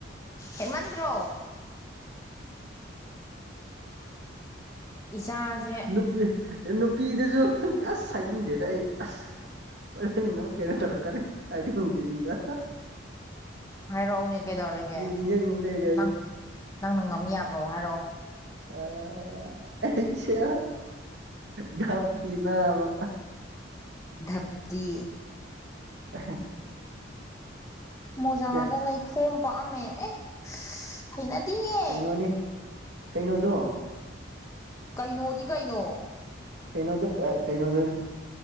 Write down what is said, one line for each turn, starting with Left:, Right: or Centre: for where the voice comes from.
Left: ꯍꯦꯟꯃꯟꯗ꯭ꯔꯣ ꯏꯆꯥꯁꯦ
Right: ꯅꯨꯄꯤ ꯅꯨꯄꯤꯗꯨꯁꯨ ꯑꯁ ꯍꯥꯏꯅꯤꯡꯗꯦꯗ ꯑꯩ ꯑꯁ ꯍꯣꯔꯦꯟ <unintelligible> ꯀꯩꯅꯣ ꯇꯧꯔꯀꯔꯦ ꯍꯥꯏꯅꯤꯡꯗꯔꯤꯗꯥ
Left: ꯍꯥꯏꯔꯛꯑꯣꯅꯦ ꯀꯩꯗꯧꯔꯒꯦꯝ
Right: ꯅꯤꯡꯖꯪ
Left: ꯎꯝ
Right: ꯂꯩꯔꯦ
Left: ꯅꯪ ꯅꯪꯅ ꯉꯝ ꯌꯥꯕ꯭ꯔꯣ ꯍꯥꯏꯔꯛꯑꯣ
Right: ꯑꯥ ꯑꯩꯁꯤꯌꯥ ꯙꯞꯇꯤ ꯅꯥꯕ
Left: ꯙꯞꯇꯤ
Right: <unintelligible>
Left: ꯃꯣꯖꯥꯗ
Right: ꯁꯦ
Left: ꯂꯩꯈꯣꯝ ꯄꯥꯝꯑꯃꯦ ꯑꯦ ꯍꯩꯅꯗꯤꯌꯦ
Right: ꯀꯩꯅꯣꯅꯤ ꯀꯩꯅꯣꯗꯣ
Left: ꯀꯩꯅꯣꯗꯤ ꯀꯩꯅꯣ
Right: ꯀꯩꯅꯣꯗꯣ ꯀꯩꯅꯣꯗꫭ ꯑꫭꯏꯅ